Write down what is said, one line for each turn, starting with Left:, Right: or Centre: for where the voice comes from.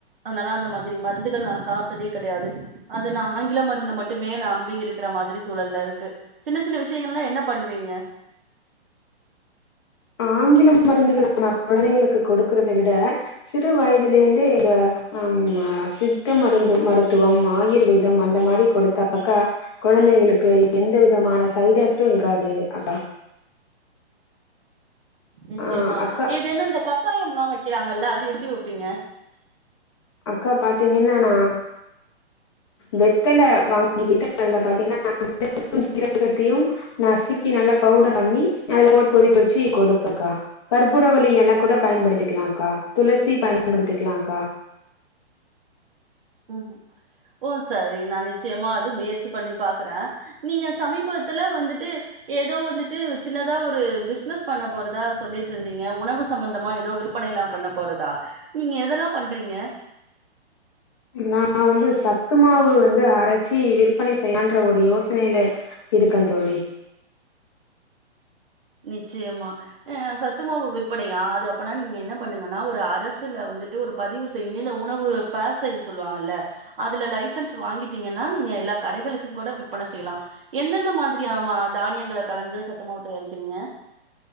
Right: அதனால அந்த மாதிரி மருந்துகள் நான் சாப்பிட்டதே கிடையாது அது நான் ஆங்கில மருந்து மட்டுமே நான் நம்பி இருக்கிற மாதிரி சூழல்ல இருக்கு சின்ன சின்ன விஷயங்கள்லா என்ன பண்ணுவிங்க
Left: ஆங்கில மருந்துகள்ளை குழந்தைங்களுக்கு கொடுக்கறதை விட சிறு வயதுல இருந்தே இத அஹம் சித்த மருந்து மருத்துவம் ஆயுர்வேதம் அந்த மாதிரி கொடுத்தாக்கா குழந்தைங்களுக்கு எந்த விதமான சைட் எதுக்கு இருக்காது அக்கா
Right: நிச்சயமா
Left: ஆ அக்கா
Right: இது என்னும் இந்த கசாயம் ய வைக்கிறாங்கல்ல அது எப்படி வைப்பிங்க
Left: அக்கா பாத்திங்கன்ன நா வெத்தலை வாங்கிக்கிட்டு அதுல பாதிங்கன்னா ஜீரகத்தையும் நசுக்கி நல்லா பவுடர் பண்ணி அதுல ஓட்டு கொதித்து வச்சு கொடுப்பக்கா கற்பூர வலி எலை கூட பயன்படுத்திக்கலாம்க்கா துளசி பயன்படுத்திக்கலாம்க்கா
Right: உஹம் ஓ சரி நானே நிச்சயமா அது முயற்சி பண்ணி பாக்குறே நீங்க சமிபத்துல வந்துட்டு ஏ ஏதோ வந்துட்டு சின்னதா ஒரு பிஸ்னஸ் பண்ண போறதா சொ சொல்லிட்டு இருந்திங்க உணவு சம்பந்தமா ஏதோ விற்பனை எல்லா பண்ண போறதா நீங்க எதெல்லாம் பண்றீங்க
Left: நா வந்து சத்து மாவு வ வந்து அரைச்சி விற்பனை செய்யான்ற ஒரு யோசனையில இருக்கன் தொழி
Right: நிச்சயமா சத்துமவு விற்பனையா அது அப்பின்னா நீங்க என்ன பண்ணுங்கன்னா ஒரு அரசுல வந்துட்டு ஒரு பதிவு செஞ்சு இந்த உணவு பேச சொல்லுவாங்கல்ல அதுல லைசன்ஸ் வாங்கிட்டீங்கன்னா நீங்க எல்லா கடைகளுக்கும் கூட விற்பனை செய்யலா எந்தெந்த மாதிரி மா தானியங்களை கலந்து சத்துமாவுத் தை க்கிறீங்க